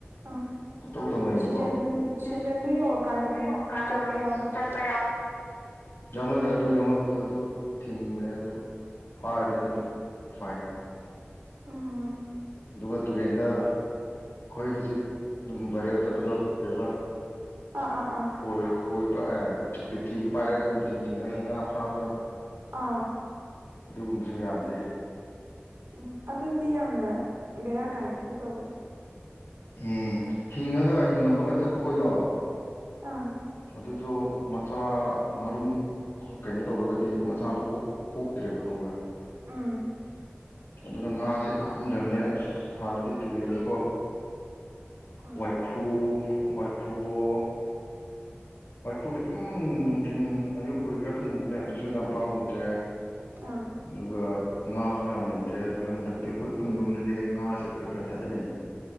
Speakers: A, on the right; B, on the left.
A: ꯑꯥ
B: ꯄꯨ ꯇꯧ ꯇꯧꯅꯩꯌꯦꯕꯀꯣ
A: ꯁꯤꯖꯟ
B: <unintelligible>
A: ꯁꯤꯖꯟꯗꯨ ꯌꯧꯔꯀꯥꯟꯗ
B: ꯁꯤꯖꯟꯗꯨ
A: ꯑꯗꯨꯝ
B: ꯌꯧꯔꯀꯥꯟꯗ
A: ꯆꯠꯄ
B: ꯑꯗꯨꯝ
A: ꯌꯥꯎꯅꯕ
B: ꯆꯠꯄ ꯌꯥꯎꯅꯗꯦ ꯑꯗꯨ ꯌꯥꯎꯅꯕꯗꯣ ꯑꯗꯨ ꯊꯤꯡꯕꯅꯦ ꯑꯗꯨ ꯐꯥꯔꯗꯤ ꯑꯗꯨꯝ ꯐꯥꯏꯟ꯫
A: ꯎꯝ
B: ꯑꯗꯨꯒ ꯇꯨꯔꯦꯟꯗ ꯑꯩꯈꯣꯏ ꯍꯧꯖꯤꯛ ꯑꯗꯨꯝ ꯕꯥꯏꯔꯦꯜ ꯆꯠꯄꯗꯣ ꯀꯔꯦꯕ
A: ꯑꯥ ꯑꯥ ꯑꯥ
B: ꯈꯣꯏ ꯈꯣꯏ ꯄꯑꯦ ꯕꯦꯠꯇ꯭ꯔꯤꯒꯤ ꯄꯥꯏꯔꯒ ꯑꯗꯨꯝ ꯆꯤꯡ ꯆꯤꯡꯉꯒ ꯉꯥ ꯐꯥꯕꯗꯣ
A: ꯑꯥ
B: ꯑꯗꯨꯒꯨꯝꯕꯁꯨ ꯌꯥꯗꯦ꯫
A: ꯎꯝ ꯑꯗꯨꯗꯤ ꯌꯥꯝꯅ ꯕꯦꯔꯥ ꯀꯥꯏꯗꯦ ꯑꯗꯨ ꯇꯧꯕꯗꯣ꯫
B: ꯎꯝ ꯍꯤꯡꯉꯒ ꯍꯤꯡꯉꯝꯃꯒ ꯆꯠꯄ ꯈꯣꯏꯗꯣ
A: ꯑ
B: ꯑꯗꯨꯗꯣ ꯃꯆꯥ ꯃꯔꯨꯝ ꯀꯩꯅꯣ ꯇꯧꯔꯒꯗꯤ ꯃꯆꯥꯗꯨ ꯀꯣꯛ ꯀꯣꯛꯇ꯭ꯔꯦꯕ ꯈꯪꯕ꯭ꯔꯥ
A: ꯎꯝ
B: ꯑꯗꯨꯅ ꯉꯥꯁꯦ ꯌꯥꯝꯗ꯭ꯔꯕꯅꯦ ꯑꯁ ꯍꯥꯟꯅꯗꯤ ꯇꯨꯔꯦꯟꯗꯀꯣ
A: ꯎꯝ
B: ꯋꯥꯏꯈꯨ ꯋꯥꯏꯈꯨꯋꯣ ꯋꯥꯏꯈꯨꯗꯤ ꯑꯗꯨꯝ ꯅꯨꯡꯊꯤꯟ ꯑꯌꯨꯛ ꯑꯣꯏꯒꯦꯔꯥ ꯑꯗꯨꯝ ꯎꯕꯅꯦ ꯑꯗꯨꯁꯨ ꯌꯥꯝ ꯄꯥꯛ ꯎꯗ꯭ꯔꯦ
A: ꯑꯥ
B: ꯑꯗꯨꯒ ꯉꯥꯁꯨ ꯌꯥꯝ ꯂꯩꯇ꯭ꯔꯦ ꯑꯗꯨꯒ ꯍꯟꯗꯛꯇꯤ ꯑꯩꯈꯣꯏ ꯈꯨꯟꯔꯣꯝꯗꯗꯤ ꯉꯥꯁꯦ ꯈꯔ ꯈꯔ ꯊꯥꯗꯅꯩꯌꯦ꯫